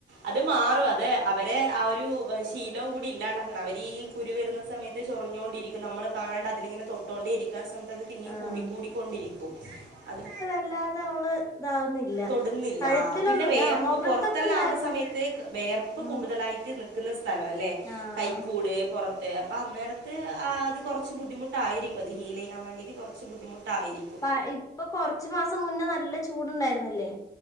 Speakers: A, on the right (about 80°); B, on the left (about 20°).
A: അത് മാറും അതെ അവരെ ആ ഒരു ശീലവും കൂടി ഇല്ലാണ്ടാക്കണം അവര് ഈ കുരു വരുന്ന സമയത്ത് ചൊറിഞ്ഞോകൊണ്ടിരി നമ്മള് കാണാണ്ട അതിലിങ്ങനെ തൊട്ടോണ്ടേ ഇരിക്കാ ആ സമയത്ത് അത് പിന്നെയും
B: ആഹ്
A: കൂട കൂടിക്കൊണ്ടിരിക്കും അത്
B: വല്ലാത അവള് ഇതാവുന്നില്ല
A: തൊടുന്നില്ല
B: കഴുത്തിലൊന്നും
A: ആഹ് പിന്നെ വെയർപ്പ്
B: ആ മുഖത്തൊക്കെ
A: പൊറത്തെല്ല
B: ഉണ്ടായിരുന്നു
A: ആവുന്ന സമയത്ത് വെയർപ്പ്
B: ഉം
A: കൂടുതലായിട്ട് നി ന്ന സ്ഥലം അല്ലേ
B: ആഹ്
A: കൈക്കൂട് പുറത്തെ അപ്പ അന്നേരത്ത് ആഹ് അത് കുറച്ച് ബുദ്ധിമുട്ടായിരിക്കും അത് ഹീൽ ചെയ്യാൻ വേണ്ടിയിട്ട് കുറച്ച് ബുദ്ധിമുട്ടായിരിക്കും.
B: പ ഇപ്പൊ കൊറച്ചു മാസം മുന്നേ നല്ല ചൂടുണ്ടായിരുന്നില്ലേ